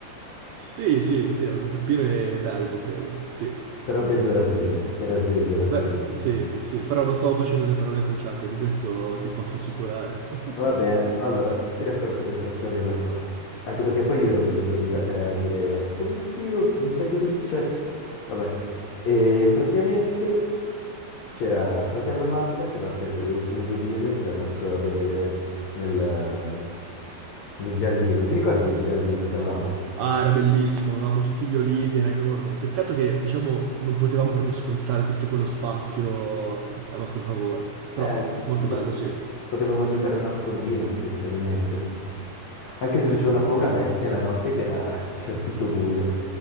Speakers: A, on the right (about 80°); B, on the left (about 65°).
A: Sì, sì, sì, ero con Peppino e Belvo, credo. Sì.
B: Però Belvo era sveglio,
A: Eh,
B: era sveglio, era sveglio,
A: Beh,
B: sicuramente.
A: sì, sì, però non stavo facendo le parole crociate, di questo ti posso assicurare.
B: Va
A: <laughs>
B: bene, allora ti racconto questa storiella qua. Anche perché poi io ero venuto lì da te a dire, oh mio Dio, non sai cosa è successo. Vabbè, e praticamente... C'era fratello Massa che aveva preso le ultime due birre e si era messo a berle nel, nel giardino. Ti ricordi il giardino che avevamo?
A: Ah, era bellissimo, avevamo tutti gli olivi, era enorme. Peccato che, diciamo, non potevamo proprio sfruttare tutto quello spazio a nostro favore. Però,
B: Eh,
A: molto
B: po-
A: bello, sì.
B: potevamo giocare a nascondino potenzialmente. Anche se faceva una paura bestia la notte che era, <laughs> che era tutto buio.